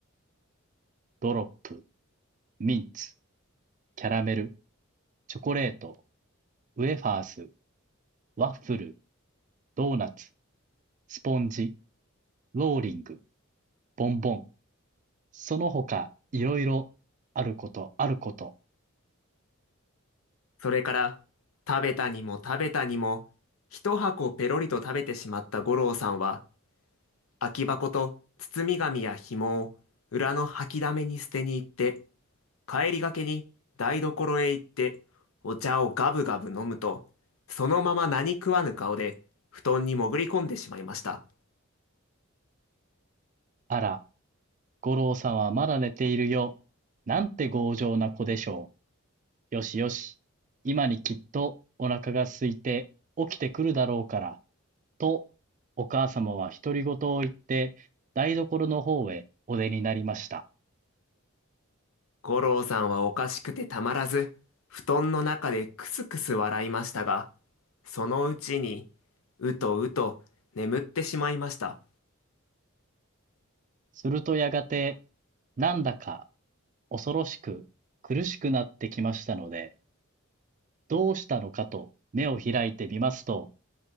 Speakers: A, on the right; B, on the left.
A: ドロップ、ミンツ、キャラメル、チョコレート、ウェファース、ワッフル、ドーナツ、スポンジ、ローリング、ボンボン、その他いろいろ、あることあること、
B: それから食べたにも食べたにも一箱ペロリと食べてしまった五郎さんは空き箱と包み紙や紐を裏の掃き溜めに捨てに行って帰りがけに台所へ行ってお茶をガブガブ飲むとそのまま何食わぬ顔で布団に潜り込んでしまいました。
A: あら、五郎さんはまだ寝ているよ。なんて強情な子でしょう。よしよし。今にきっとお腹が空いて起きてくるだろうから、と、お母様は独り言を言って、台所の方へお出になりました。
B: 五郎さんはおかしくてたまらず布団の中でクスクス笑いましたがそのうちにうとうと眠ってしまいました。
A: するとやがて、なんだか恐ろしく苦しくなってきましたので、どうしたのかと目を開いてみますと、